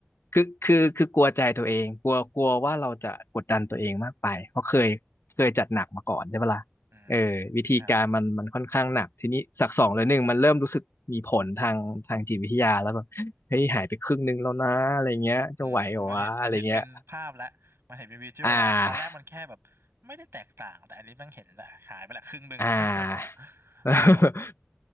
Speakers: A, on the left; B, on the right.
A: คือคือคือกลัวใจตัวเองกลัวกลัวว่าเราจะกดดันตัวเองมากไปเพราะเคยเคยจัดหนักมาก่อนใช่ปะล่ะเออวิธีการมันมันค่อนข้างหนักทีนี้สักสองหรือหนึ่งมันเริ่มรู้สึกมีผลทางทางจิตวิทยาแล้วแบบเฮ้ยหายไปครึ่งหนึงแล้วนะอะไรเงี้ยจะไหวเหรอวะอะไรเงี้ย
B: อืมครับอืมมันเห็นมันเห็นเป็นภาพแล้วมันเห็นเป็นวิชวลแล้วตอนแรกมันแค่แบบไม่ได้แตกต่างแต่อันนี้แม่งเห็นแหละหายไปละครึ่งหนึ่ง
A: อ่า อ่า
B: <laughs>
A: <laughs>
B: แล้วผม